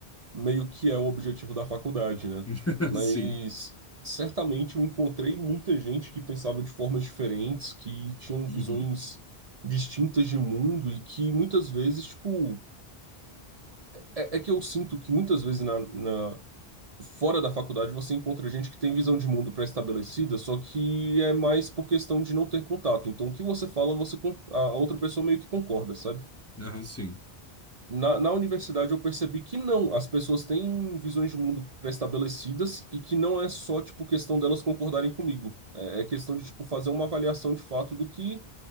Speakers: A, on the right; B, on the left.
A: meio que é o objetivo da faculdade, né?
B: <laughs>
A: Mas
B: Sim.
A: certamente eu encontrei muita gente que pensava de formas diferentes, que tinham
B: uhum,
A: visões distintas de mundo e que muitas vezes, tipo, é, é que eu sinto que muitas vezes na, na, fora da faculdade você encontra gente que tem visão de mundo pré-estabelecida, só que é mais por questão de não ter contato. Então, o que você fala, você con- a outra pessoa meio que concorda, sabe?
B: Aham, sim.
A: Na, na universidade eu percebi que não, as pessoas têm visões de mundo pré-estabelecidas e que não é só, tipo, questão delas concordarem comigo. É, é questão de, tipo, fazer uma avaliação de fato do que,